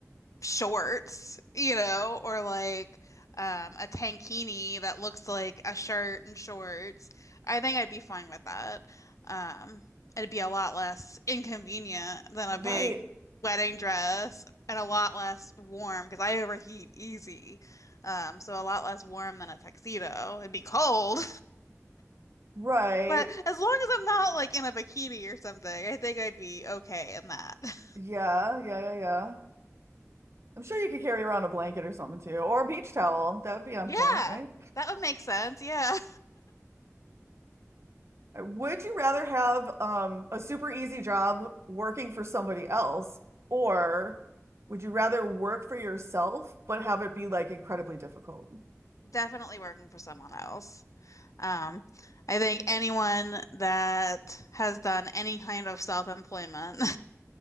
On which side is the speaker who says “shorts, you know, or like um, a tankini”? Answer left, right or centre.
Left